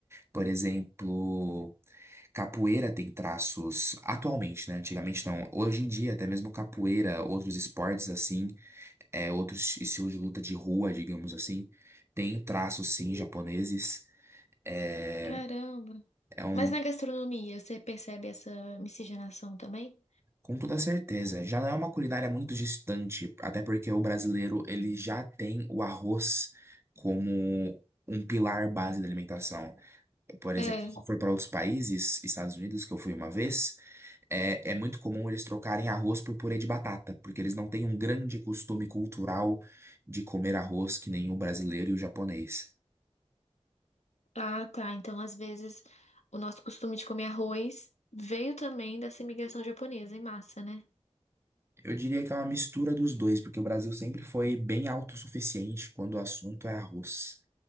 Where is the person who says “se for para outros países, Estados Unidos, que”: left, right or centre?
Right